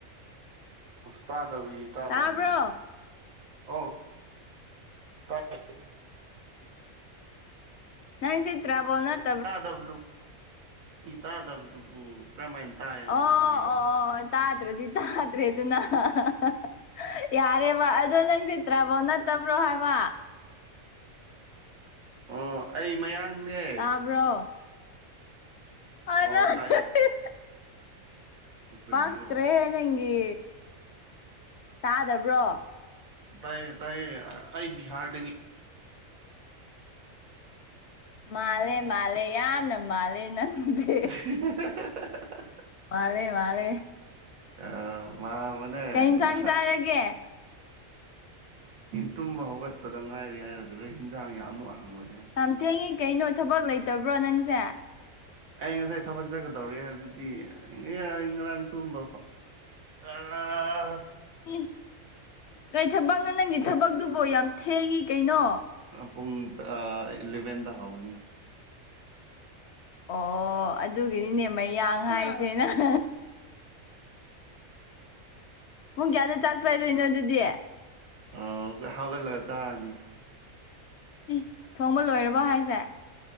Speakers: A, on the right; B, on the left.
A: ꯑꯁ ꯇꯥꯗꯕꯤ ꯇꯥꯗꯕꯅꯤ
B: ꯇꯥꯕ꯭ꯔꯣ
A: ꯑꯣ ꯇꯥꯢ
B: ꯅꯁꯦ <inaudible> ꯇ꯭ꯔꯥꯕꯣ ꯅꯠ꯫
A: ꯇꯥꯗꯕꯗꯨ ꯃꯤ ꯇꯥꯗꯕꯗꯨꯕꯨ ꯀꯔꯝꯍꯥꯏꯅ ꯇꯥꯏ ꯍꯥꯏꯅ
B: ꯑꯣ
A: ꯍꯥꯏꯒꯦꯔꯣ꯫
B: ꯑꯣ ꯑꯣ ꯇꯥꯗ꯭ꯔꯗꯤ ꯇꯥꯗ꯭ꯔꯦꯗꯅ ꯍꯥ ꯍꯥ ꯍꯥ ꯌꯥꯔꯦ ꯕ ꯑꯗꯣ ꯅꯪꯁꯦ ꯇ꯭ꯔꯥꯕꯣ ꯅꯠꯇꯕ꯭ꯔꯣ ꯍꯥꯏꯕ꯫
A: ꯑꯣ ꯑꯩ ꯃꯌꯥꯡꯅꯦ
B: ꯇꯥꯕ꯭ꯔꯣ <inaudible>
A: ꯑꯣ ꯇꯥꯏꯌꯦ ꯀꯔꯤꯔꯣ
B: ꯄꯥꯛꯇ꯭ꯔꯦꯍꯦ ꯅꯪꯒꯤ ꯇꯥꯗꯕ꯭ꯔꯣ꯫
A: ꯇꯥꯏꯌꯦ ꯇꯥꯏꯌꯦ ꯑꯩ ꯕꯤꯍꯥꯔꯗꯒꯤ
B: ꯃꯥꯜꯂꯦ ꯃꯥꯜꯂꯦ ꯌꯥꯝꯅ ꯃꯥꯜꯂꯦ ꯅꯪꯖꯤ꯫
A: <inaudible>
B: ꯃꯥꯂꯦ ꯃꯥꯂꯦ
A: ꯑꯥ ꯃꯥꯟꯕꯅꯦ
B: ꯀꯩ ꯏꯟꯁꯥꯡ
A: ꯃꯁꯛ
B: ꯆꯥꯔꯒꯦ꯫
A: ꯇꯨꯝꯕ ꯍꯧꯒꯠꯄꯗ ꯉꯥꯏꯔꯤ ꯍꯥꯏꯔꯒ ꯍꯟꯖꯥꯡꯒꯤ ꯑꯃꯨꯛ ꯍꯪꯂꯛꯑꯦ
B: ꯌꯥꯝ ꯊꯦꯡꯉꯤ ꯀꯩꯅꯣ ꯊꯕꯛ ꯂꯩꯇꯕ꯭ꯔꯣ ꯅꯪꯁꯦ꯫
A: ꯑꯩ ꯉꯁꯥꯏ ꯊꯕꯛ ꯆꯠꯒꯗꯧꯔꯦ ꯍꯥꯏꯕꯗꯤ ꯉꯔꯥꯡ ꯇꯨꯝꯕ ꯑꯥ꯫ <inaudible>
B: ꯏ ꯀꯩ ꯊꯕꯛꯅꯣ ꯅꯪꯒꯤ ꯊꯕꯛꯇꯨꯕꯣ ꯌꯥꯝ ꯊꯦꯡꯉꯤ ꯀꯩꯅꯣ꯫
A: ꯅꯪ ꯄꯨꯡ ꯑ ꯏꯂꯚꯦꯟꯗ ꯍꯧꯒꯅꯤ
B: ꯑꯣ ꯑꯗꯨꯒꯤꯗꯤꯅꯦ ꯃꯌꯥꯡ ꯍꯥꯏꯁꯦ ꯅꯪ ꯄꯨꯡ ꯀꯌꯥꯗ ꯆꯥꯛ ꯆꯥꯏꯗꯣꯏꯅꯣ ꯑꯗꯨꯗꯤ
A: ꯑ ꯍꯧꯒꯠꯂꯒ ꯆꯥꯔꯅꯤ
B: ꯎ ꯊꯣꯡꯕ ꯂꯣꯏꯔꯕꯣ ꯍꯥꯏꯁꯦ